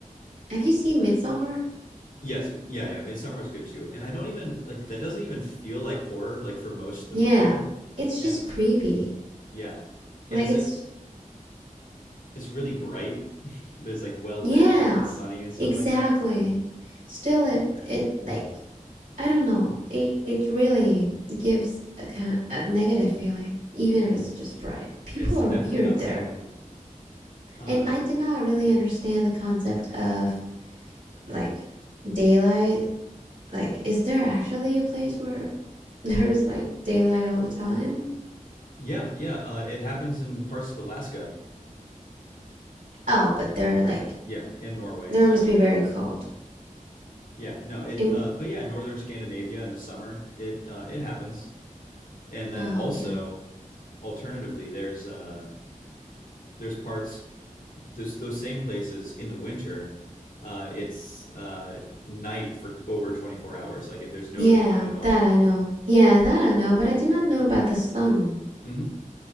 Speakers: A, on the right; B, on the left.
A: have you seen Midsommar?
B: yes, yeah, yeah. Midsummer was good too, and I don't even like that doesn't even feel like horror like for most of the
A: Yeah,
B: movie.
A: it's just
B: And
A: creepy.
B: yeah,
A: Like
B: and it's
A: it's,
B: like it's really bright. There's like well
A: yeah,
B: lit <laughs> and sunny and stuff
A: exactly.
B: like that.
A: Still, it it like I don't know. It, it really gives a kind a negative feeling, even
B: Yeah,
A: if it's just bright. People
B: it's
A: are
B: definitely
A: weird
B: unsettling.
A: there,
B: Uh,
A: and I did not really understand the concept of like daylight. Like, is there actually a place where <laughs> There's like daylight all the time.
B: yeah, yeah. Uh, it happens in parts of Alaska.
A: Oh, but they're like
B: Yeah, and Norway
A: there
B: and stuff
A: must
B: like
A: be
B: that.
A: very cold.
B: Yeah, no, it
A: Im-
B: uh but yeah, northern Scandinavia in the summer, it uh it happens. And then
A: oh,
B: also
A: okay.
B: alternatively there's uh there's parts those those same places in the winter, uh it's uh night for over 24 hours. Like it, there's no
A: Yeah,
B: daylight at all.
A: that I know. Yeah, that I know, but I did not know about the sun
B: hmm